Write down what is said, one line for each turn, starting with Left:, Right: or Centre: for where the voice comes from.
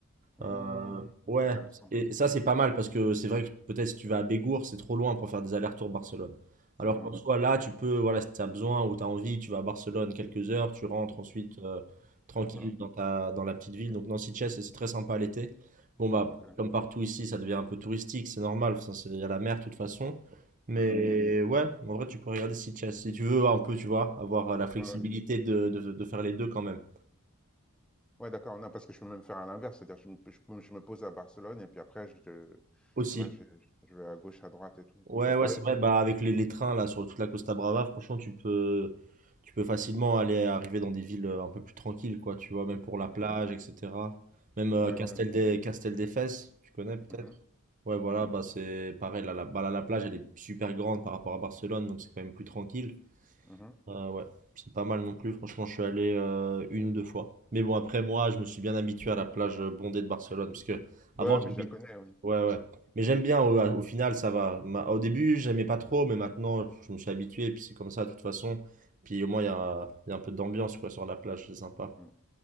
Centre: Hmm.
Right: Euh, ouais,
Centre: Intéressant.
Right: et ça c'est pas mal parce que c'est vrai que peut-être si tu vas à Bégour, c'est trop loin pour faire des allers-retours Barcelone. Alors
Centre: Hmm, hmm.
Right: qu'en soit là, tu peux, voilà, si tu as besoin ou tu as envie, tu vas à Barcelone quelques heures, tu rentres ensuite euh, tranquille
Centre: D'accord.
Right: dans ta, dans la petite ville. Donc Nancy Chess, c'est c'est très sympa l'été. Bon bah,
Centre: Ok.
Right: comme partout ici, ça devient un peu touristique, c'est normal, enfin, c'est- il y a la mer de toute façon. Mais
Centre: Hmm, hmm.
Right: ouais, en vrai, tu peux regarder si Chess, si tu veux un peu, tu vois, avoir la flexibilité
Centre: Ouais, ouais.
Right: de, de de faire les deux quand même.
Centre: Ouais, d'accord. Non, parce que je peux même faire à l'inverse. C'est-à-dire, je me, je, peux- je me pose à Barcelone et puis après, je, te-
Right: Aussi.
Centre: tu vois, je, je vais à gauche, à droite et tout.
Right: Ouais,
Centre: Mais
Right: ouais,
Centre: pas
Right: c'est
Centre: eux.
Right: vrai. Bah, avec les, les trains là sur toute la Costa Brava, franchement, tu peux, tu peux facilement aller arriver dans des villes euh, un peu plus tranquilles, quoi. Tu vois, même pour la plage,
Centre: euh,
Right: etc. Même euh,
Centre: Ouais,
Right: Castel
Centre: ouais, ok.
Right: des, Castel des Fesses, tu connais peut-être?
Centre: Mhm,
Right: Ouais, voilà.
Centre: mhm,
Right: Bah, c'est pareil. Là, la, bah, là, la plage, elle est super grande par rapport à Barcelone, donc c'est quand même plus tranquille.
Centre: mhm.
Right: Euh, ouais, c'est pas mal non plus. Franchement, je suis allé euh, une ou deux fois. Mais bon, après moi, je me suis bien habitué à la plage euh, bondée de Barcelone, parce que avant,
Centre: Ouais,
Right: j'habitais
Centre: mais je la connais, oui.
Right: Ouais, ouais. Mais j'aime bien, au, au final, ça va. Ma- au début, j'aimais pas trop, mais maintenant, je me suis habitué, et puis c'est comme ça, de toute façon. Puis au moins, il y a, il y a un peu d'ambiance, quoi, sur la plage, c'est sympa.
Centre: Mm.